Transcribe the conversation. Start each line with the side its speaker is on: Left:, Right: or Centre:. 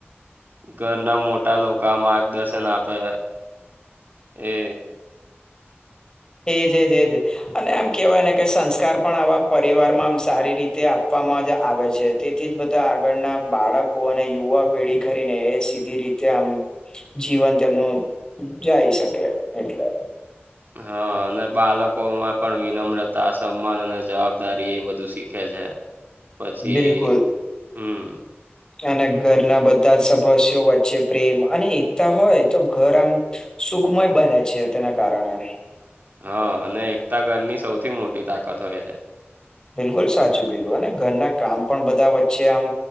Right: ઘરના મો ટા લોકો માર્ગદર્શન આપે એ
Left: એ જ જ જ અને આમ કેવાય ને કે સંસ્કાર પણ આવા પરિવારમાં આમ સારી રીતે આપવામાં જ આવે છે થી જ બધા આગળના બાળકો અને યુવા પેઢી ખરીને એ સીધી રીતે આમ જીવન તેમનું જાય શકે એટલે
Right: હા અને બાળકો માં પણ વિનમ્રતા સન્માન અને જવાબદારી એ બધું શીખે છે પછી
Left: બિલકુલ
Right: હમ
Left: અને ઘરના બધા જ સભસ્યો વચ્ચે પ્રેમ અને એકતા હોય તો ઘર આમ સુખમય બને છે, તેના કારણે.
Right: હા અને એકતા ઘરની સૌથી મોટી તાકાત હોય છે
Left: બિલકુલ સાચું કીધું અને ઘરના કામ પણ બધા વચ્ચે આમ